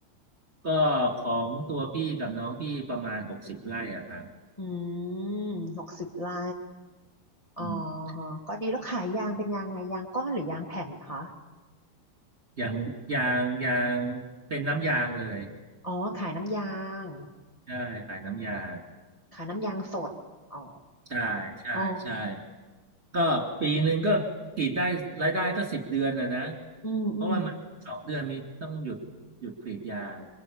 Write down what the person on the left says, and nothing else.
อืมหกสิบไร่อ๋อฮะก็ดีแล้วขายยางเป็นยางไงยางก้อนหรือยางแผ่นคะ
อ๋อขายน้ำยาง
ขายน้ำยางสดอ๋อ
อ๋อ
อืมอืม